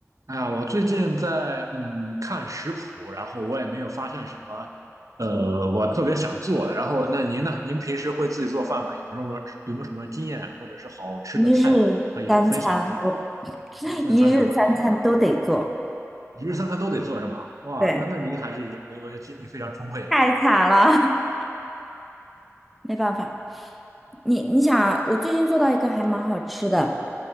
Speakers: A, on the right; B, in the centre.
A: 哎呀，我最近在嗯看食谱，然后我也没有发现什么，呃，我特别想做的。然后，那您呢？您平时会自己做饭吗？有没有什么有没有什么经验或者是好吃的菜谱可以分享一下？
B: 一日三餐，我 <laughs>
A: 一日三餐是吧？
B: 一日三餐都得做，
A: 一日三餐都得做是吧？哇，
B: 对，
A: 那那您还是我我觉得精力非常充沛的。
B: 太惨了，<laughs> 没办法。你你想，我最近做到一个还蛮好吃的，